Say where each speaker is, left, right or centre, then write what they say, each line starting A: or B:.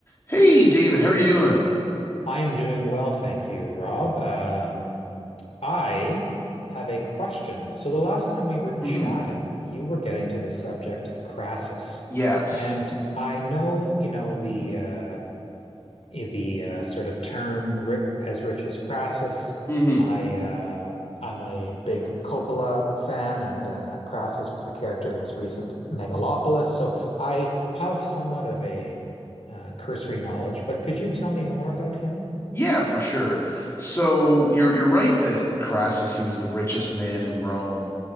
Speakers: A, on the left (about 25°); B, on the left (about 85°).
A: Hey, David, how are you doing?
B: I am doing well, thank you, Rob. Um, I have a question. So the last time we were chatting,
A: hmm
B: you were getting to the subject of Crassus,
A: Yes.
B: and I know, you know, the uh, i- the uh, sort of term ri as rich as Crassus.
A: hmm
B: I uh, I'm a big Coppola fan, and uh, Crassus was a character in his recent Megalopolis. So I have somewhat of a uh, cursory knowledge, but could you tell me more about him?
A: Yeah, for sure. So you're you're right that Crassus, he was the richest man in Rome.